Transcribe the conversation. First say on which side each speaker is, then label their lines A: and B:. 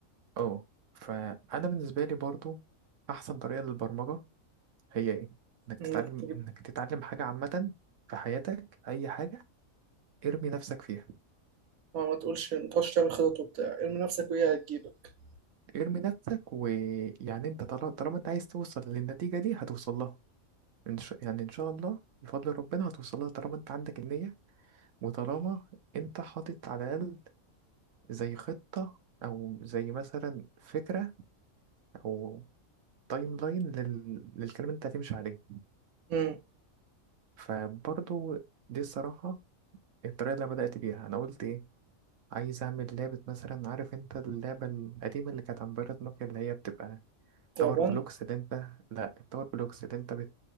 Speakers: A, on the right (about 65°); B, on the right (about 85°).
A: اه فانا بالنسبه لي برضو احسن طريقه للبرمجه هي ايه انك تتعلم
B: إنك تجيب
A: انك تتعلم حاجه عامه في حياتك اي حاجه ارمي نفسك فيها
B: ما ما تقولش ما تقعدش تعمل خطط وبتاع ارمي نفسك وهي هتجيبك
A: ارمي نفسك ويعني انت طالما طالما انت عايز توصل للنتيجه دي هتوصل لها إن شاء... يعني ان شاء الله بفضل ربنا هتوصل لها طالما انت عندك النيه وطالما انت حاطط على الاقل زي خطه او زي مثلا فكره او تايم لاين لل... للكلام اللي انت هتمشي عليه
B: امم
A: فبرضو دي الصراحة الطريقة اللي أنا بدأت بيها أنا قلت إيه عايز أعمل لعبة مثلا عارف أنت اللعبة القديمة اللي كانت عن بيرت نوكيا اللي هي بتبقى
B: تعبان؟
A: تاور بلوكس اللي أنت لأ التاور بلوكس اللي أنت بت...